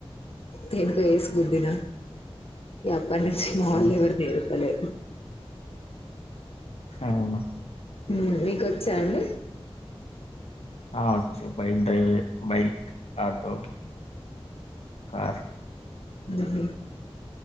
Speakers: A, on the left (about 70°); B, on the left (about 80°).
A: కు ఏసి గుద్దిన ఇగ అప్పటినుంచి మావోల్లెవరు
B: అవు-
A: నేర్పలె
B: అవునా
A: ఉమ్ మీకొచ్చా అండి
B: ఆ వచ్చు బైక్ డ్రైవి బైక్, ఆటో కార్
A: ఉహు